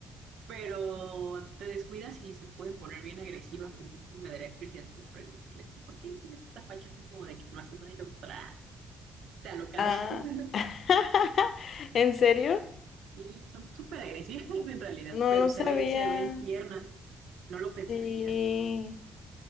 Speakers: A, on the right; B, on the left.
A: pero te descuidas y se pueden poner bien agresivas, entonces me daría curiosidad como preguntarle, ¿y por qué tienes esta facha así como de que no haces nada y luego tra, te alocas?
B: Ah,
A: <laughs>
B: <laughs> ¿en serio?
A: Y son súper agresivas en realidad,
B: No,
A: pero
B: no
A: se
B: sabía.
A: ven, se ven tiernas, no lo pensarías,
B: Sí.